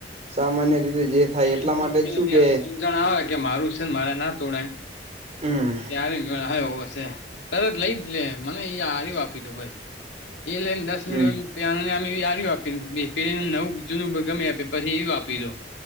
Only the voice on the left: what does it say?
ઓકે
ઓકે
નથી
આલ્યું સમજણ આવે કે મારું છે ને મારે ના તોડાય
તારે મેળ આવે એવો છે તરત લઈ જ લે મને એ આપ્યું હતું બસ એ લઈ દસ
મિનિટને આ આપયુ પેને નવું જૂનું ગમે આપે પછી એવુ આપયુ તું